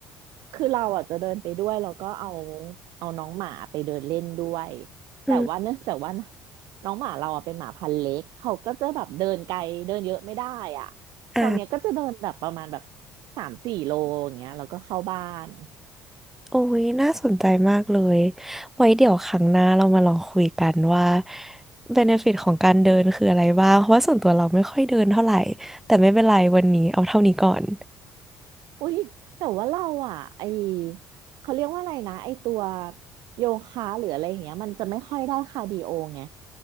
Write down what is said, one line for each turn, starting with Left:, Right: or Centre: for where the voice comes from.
Right: คือเราอ่ะจะเดินไปด้วยแล้วก็เอาเอาน้องหมาไปเดินเล่นด้วยแต่ว่าเนื่องจากว่า
Centre: อืม
Right: น้องหมาเราอ่ะเป็นหมาพันธุ์เล็กเขาก็จะแบบเดินไกลเดินเยอะไม่ได้อ่ะ
Centre: อ่า
Right: ตอนเนี้ยก็จะเดินแบบประมาณแบบสามสี่โลอย่างเงี้ยแล้วก็เข้าบ้าน
Centre: โอ้ยน่าสนใจมากเลยไว้เดี๋ยวครั้งหน้าเรามาลองคุยกันว่า benefit ของการเดินคืออะไรบ้างเพราะว่าส่วนตัวเราไม่ค่อยเดินเท่าไหร่แต่ไม่เป็นไรวันนี้เอาเท่านี้ก่อน
Right: อุ้ยแต่ว่าเราอ่ะไอเขาเรียกว่าอะไรนะไอตัวโยคะหรืออะไรอย่างเงี้ยมันจะไม่ค่อยได้คาร์ดิโอไง